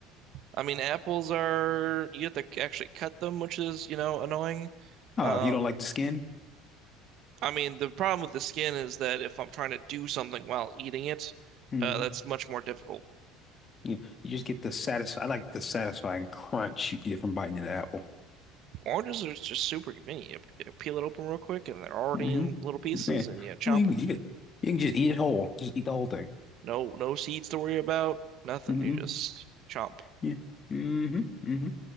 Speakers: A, on the right (about 40°); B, on the left (about 20°).
A: I mean, apples are you have to actually cut them, which is, you know, annoying.
B: Oh,
A: Um,
B: if you don't like the skin,
A: I mean, the problem with the skin is that if I'm trying to do something while eating it,
B: hmm
A: uh, that's much more difficult.
B: Yeah, you just get the satisfy. I like the satisfying crunch you get from biting into the apple.
A: Oranges are just super convenient. You, you peel it open real quick, and they're already
B: hmm
A: in little pieces,
B: Yeah.
A: and you chomp
B: I mean,
A: them.
B: you could, you can just eat it whole. Just eat the whole thing.
A: No, no seeds to worry about. Nothing.
B: hmm
A: You just chomp.
B: Yeah. hmm hmm